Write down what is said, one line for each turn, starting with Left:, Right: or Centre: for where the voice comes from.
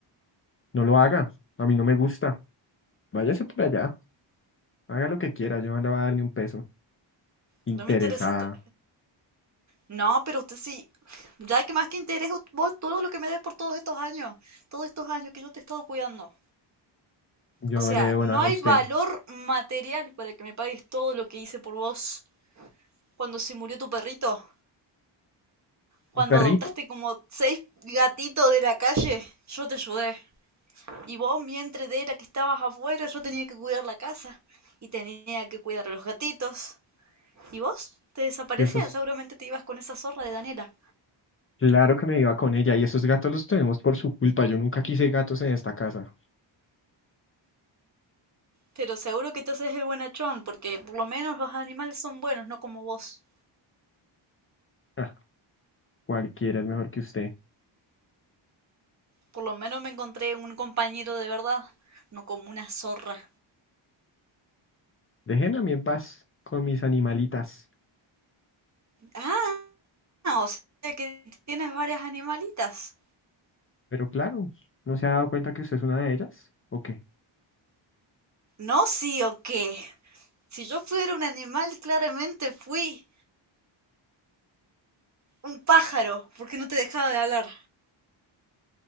Left: No lo haga, a mí no me gusta. Váyase por allá, haga lo que quiera, yo no le voy a dar ni un peso. Interesada,
Right: No me interesa. to- No, pero usted sí, ya que más que interés vos todo lo que me des por todos estos años, todos estos años que yo te he estado cuidando.
Left: yo
Right: O sea,
Left: no le debo
Right: no
Left: nada
Right: hay
Left: a usted.
Right: valor material para que me pagues todo lo que hice por vos cuando se murió tu perrito, cuando
Left: ¿Un perrito?
Right: adoptaste como seis gatitos de la calle, yo te ayudé. Y vos, mientras de era que estabas afuera, yo tenía que cuidar la casa y tenía que cuidar a los gatitos. ¿Y vos? Te desaparecías,
Left: Y esos,
Right: seguramente te ibas con esa zorra de Daniela.
Left: claro que me iba con ella, y esos gatos los tenemos por su culpa, yo nunca quise gatos en esta casa.
Right: Pero seguro que te haces el buenachón, porque por lo menos los animales son buenos, no como vos.
Left: Ah, cualquiera es mejor que usted.
Right: Por lo menos me encontré un compañero de verdad, no como una zorra.
Left: Déjeme a mí en paz con mis animalitas.
Right: Ah, o sea que tienes varias animalitas.
Left: Pero claro, ¿no se ha dado cuenta que usted es una de ellas? ¿O qué?
Right: No, sí o qué. Si yo fuera un animal, claramente fui un pájaro, porque no te dejaba de hablar.